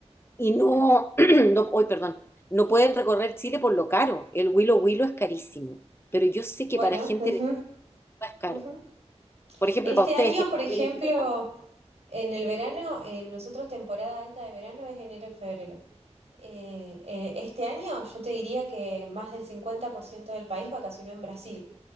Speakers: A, on the left (about 20°); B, on the right (about 60°).
A: y no, <clears throat> no, hoy, perdón, no pueden recorrer Chile por lo caro. El Huilo Huilo es carísimo, pero yo sé que
B: Bueno,
A: para gente
B: ujú,
A: de Cuba es caro.
B: ujú.
A: Por ejemplo,
B: Este
A: para ustedes
B: año,
A: que les
B: por
A: conviene
B: ejemplo,
A: el tipo de cambio.
B: en el verano, eh, nosotros temporada alta de verano es enero-febrero. Eh, eh, este año yo te diría que más del 50% del país vacacionó en Brasil.